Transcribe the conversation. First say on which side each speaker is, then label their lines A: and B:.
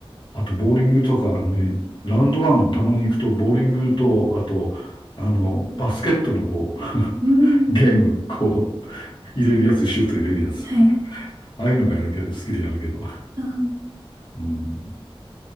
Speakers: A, on the left; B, on the right.
A: あと、ボーリングとか、あのね、ラウンドワンたまに行くと、ボーリングと、あと、あの、バスケットのこう、
B: うん。
A: ゲーム、こう、入れるやつ、シュート入れるやつ。
B: はい。
A: ああいうのがやるけど、好きでやるけど。
B: あ
A: うん。